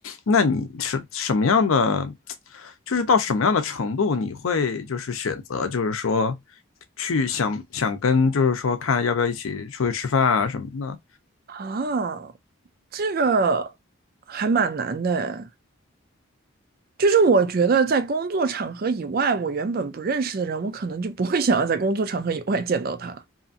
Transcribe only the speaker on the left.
那你是什么样的？就是到什么样的程度你会就是选择，就是说去想想跟，就是说看要不要一起出去吃饭啊什么的。